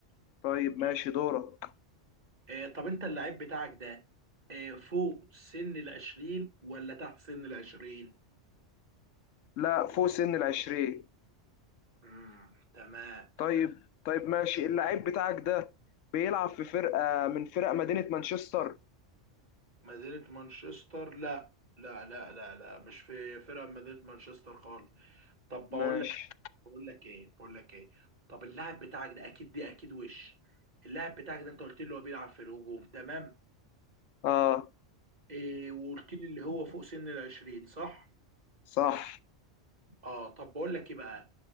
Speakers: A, on the left (about 85°); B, on the right (about 35°).
A: طيب ماشي دورك
B: آه، طب انت اللعيب بتاعك ده آه، فوق سن العشرين ولا تحت سن العشرين؟
A: لا فوق سن العشرين
B: امم تمام
A: طيب
B: طب
A: طيب ماشي اللعيب بتاعك ده بيلعب في فرقة من فرق مدينة مانشستر
B: مدينة مانشستر لا لا لا لا لا مش في فرقة من مدينة مانشستر خالص طب بقول
A: ماشي
B: لك بقول لك ايه بقول لك ايه طب اللاعب بتاعك ده اكيد دي اكيد وش اللاعب بتاعك ده انت قلت لي هو بيلعب في الهجوم تمام
A: اه
B: إيه وقلت لي اللي هو فوق سن العشرين صح؟
A: صح
B: اه طب بقول لك ايه بقى